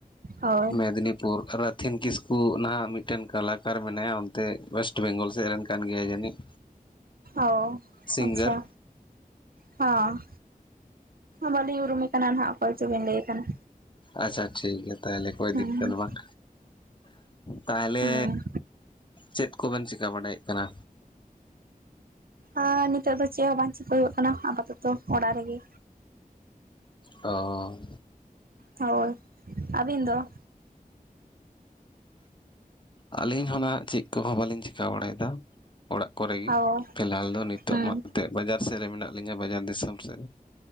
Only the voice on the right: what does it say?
ᱦᱳᱭ
ᱚ,
ᱟᱪᱪᱷᱟ᱾ ᱦᱟᱸ ᱵᱟᱹᱞᱤᱧ ᱩᱨᱩᱢᱤᱮ ᱠᱟᱱᱟ ᱱᱟᱦᱟᱜ ᱚᱠᱚᱭ ᱪᱚᱵᱤᱱ ᱞᱟᱹᱭᱮ ᱠᱟᱱᱟ᱾
ᱦᱩᱸ
ᱦᱩᱸ
ᱟᱨ ᱱᱤᱛᱚᱜ ᱫᱚ ᱪᱮᱫ ᱦᱚᱸ ᱵᱟᱝ ᱪᱤᱠᱠᱟ ᱦᱩᱭᱩᱜ ᱠᱟᱱᱟ ᱟᱯᱟᱛᱚᱛᱚ ᱚᱲᱟᱜ ᱨᱮᱜᱮ᱾
ᱦᱳᱭ ᱟᱹᱵᱤᱱ ᱫᱚ?
ᱚ
ᱦᱩᱸ